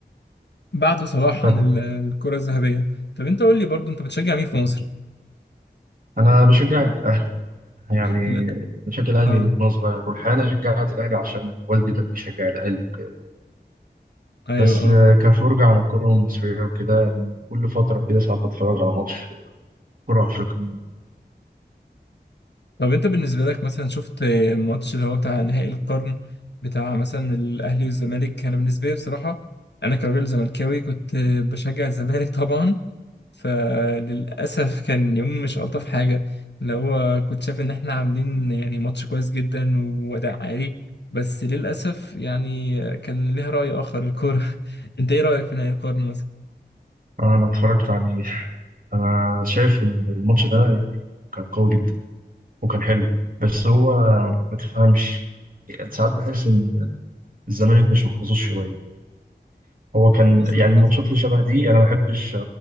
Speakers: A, on the left (about 75°); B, on the right (about 50°).
A: فبعدوا صلاح
B: طب
A: عن ال- الكرة الذهبية طب انت قول لي برضو انت بتشجع مين في مصر
B: أنا بشجع الأهلي يعني
A: لا
B: بشجع الأهلي
A: اه
B: من وأنا صغير والحقيقة أنا شجعت الأهلي عشان والدي كان بيشجع الأهلي وكده
A: ايوه
B: بس
A: اه
B: آه، كفرجة على الكرة المصرية وكده يعني كل فترة كده ساعات بتفرج على ماتش كرة أفريقية
A: طب انت بالنسبة لك مثلا شفت ماتش اللي هو بتاع نهائي القرن بتاع مثلا الاهلي والزمالك انا بالنسبة لي بصراحة انا كراجل زملكاوي كنت بشجع الزمالك طبعا فللأسف كان يوم مش ألطف حاجة اللي هو كنت شايف إن إحنا عاملين يعني ماتش كويس جدا وأداء عالي بس للأسف يعني كان ليها رأي آخر الكورة <laughs> أنت إيه رأيك في نهائي القرن مثلا؟
B: انا اتفرجت عليه انا شايف ان الماتش ده يعني كان قوي جدا وكان حلو بس هو ما تفهمش يعني ساعات بحس ان الزمالك مش محظوظ شويه هو كان
A: هو إزاي
B: يعني
A: حظ
B: الماتشات
A: وحش؟
B: اللي شبه دي انا ما بحبش